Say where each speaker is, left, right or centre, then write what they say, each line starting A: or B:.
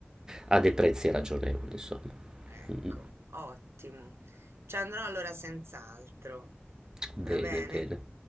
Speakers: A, on the right; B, on the right.
A: a dei prezzi ragionevoli, insomma.
B: ecco,
A: Mm,
B: ottimo. Ci andrò allora senz'altro.
A: Bene,
B: Va bene?
A: bene.